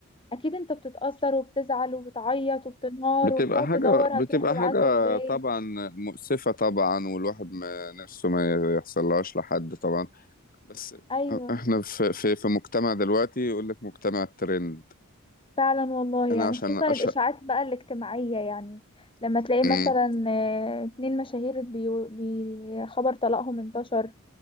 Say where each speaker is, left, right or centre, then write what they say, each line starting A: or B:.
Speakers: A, on the left; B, on the left.
A: اكيد انت بتتاثر وبتزعل وبتعيط وبتنهار
B: بتبقى
A: وبتقعد
B: حاجة
A: تدور
B: بتبقى
A: هتروح للعزا
B: حاجة
A: ازاي
B: طبعا مؤسفة طبعا والواحد ما نفسه ما يحصلهاش لحد طبعا بس
A: ايوه
B: احنا في في في مجتمع دلوقتي يقول لك مجتمع الترند
A: فعلا والله يعني
B: انا عشان
A: خصوصا
B: اشهر
A: الاشاعات بقى الاجتماعيه يعني لما تلاقي
B: امم
A: مثلا آه، اتنين مشاهير بيو- بي خبر طلاقهم انتشر